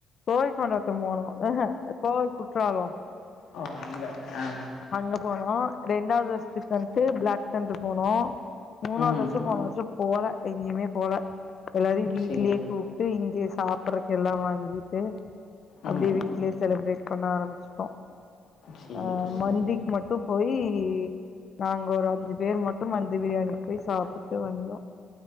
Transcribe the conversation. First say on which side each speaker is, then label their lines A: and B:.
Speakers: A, on the left; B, on the left.
A: கோவைக் கொண்டாட்டம் போனோ ஆஹ கோவை குற்றாலோ
B: ஓ அங்க ஆ
A: அங்க போனோ ரெண்டாவது வருஷத்துக்கு வந்ட்டு பிளாக் தண்டர் போனோ மூணாவது
B: ம்.
A: வருஷோ போன வருஷோ போல எங்கயுமே போல எல்லாரையு வீட்லயே
B: சரி.
A: கூப்டு இங்கே சாப்பிடற எல்லா வாங்கிட்டு அப்டியே
B: ம்.
A: வீட்லயே செலிப்ரேட் பண்ண ஆரம்பிச்சுட்டோ
B: சேரி
A: அ
B: சே
A: மந்திக்கு மட்டு போய் நாங்க ஒரு அஞ்சு பேர் மட்டு மந்தி பிரியாணிக் போய் சாப்பிட்டு வந்தோ